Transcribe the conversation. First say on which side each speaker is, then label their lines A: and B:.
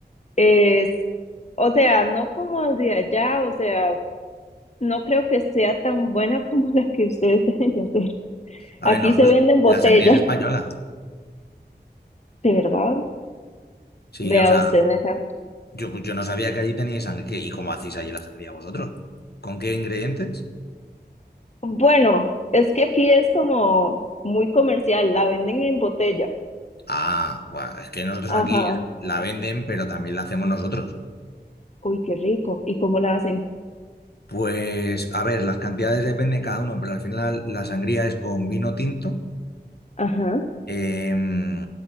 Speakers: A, on the left; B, on the left.
A: es, o sea, no como de allá, o sea. No creo que sea tan buena <laughs> como la que ustedes deben de hacer.
B: A
A: Aquí
B: ver, nosotros,
A: se venden botellas,
B: la sangría es española.
A: de verdad.
B: Sí,
A: Vea
B: o sea,
A: usted acá.
B: yo, pues yo no sabía que allí teníais sangría. ¿Y cómo hacéis allí la sangría vosotros? ¿Con qué ingredientes?
A: Bueno, es que aquí es como muy comercial, la venden en botella.
B: Ah, buah, es que nosotros
A: Ajá.
B: aquí la venden, pero también la hacemos nosotros.
A: Uy, qué rico. ¿Y cómo la hacen?
B: Pues, a ver, las cantidades dependen cada uno, pero al final la sangría es con vino tinto.
A: Ajá,
B: em,